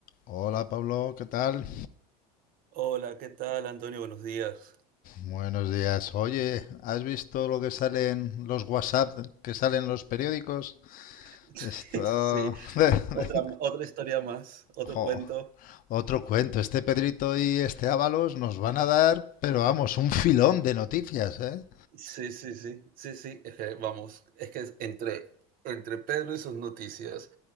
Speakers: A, on the left; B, on the right.
A: Hola Pablo, ¿qué tal?
B: Hola, ¿qué tal, Antonio? Buenos días.
A: Buenos días. Oye, ¿has visto lo que salen los WhatsApp, que salen los periódicos?
B: <laughs>
A: Esto...
B: Sí,
A: <laughs>
B: otra, otra historia más, otro
A: Jo,
B: cuento.
A: Otro cuento. Este Pedrito y este Ábalos nos van a dar, pero vamos, un filón de noticias, ¿eh?
B: Sí, sí, sí, sí, sí, es que vamos, es que es entre, entre Pedro y sus noticias